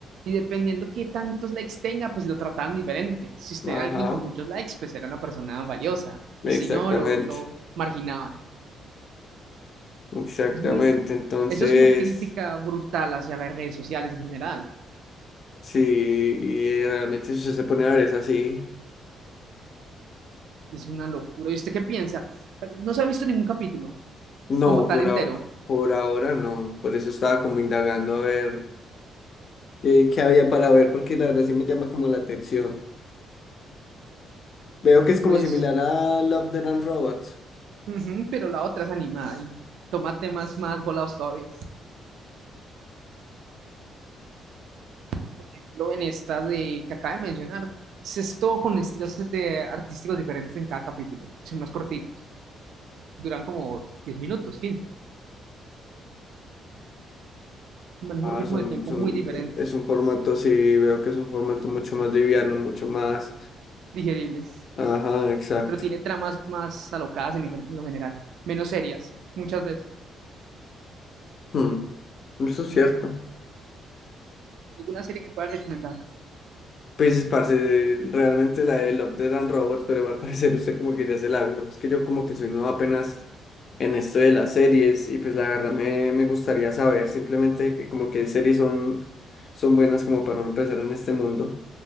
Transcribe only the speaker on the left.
Ajá,
exactamente.
Exactamente,
entonces,
sí, y realmente si usted se pone a ver es así.
No,
por,
ao- por ahora no, por eso estaba como indagando a ver eh, qué había para ver, porque la verdad sí me llama como la atención. Veo que
es
como similar a Love, Death and Robots.
Ah,
son,
son,
eh, es un formato, sí, veo que es un formato mucho más liviano, mucho más.
Ajá, exacto.
Hmm, Eso es cierto.
Pues, parce, realmente la de Love, Death and Robots, pero al parecer usted como que ya se la vio. Es que yo como que soy nuevo apenas en esto de las series y pues la verdad me, me gustaría saber simplemente que como que series son, son buenas como para no empezar en este mundo.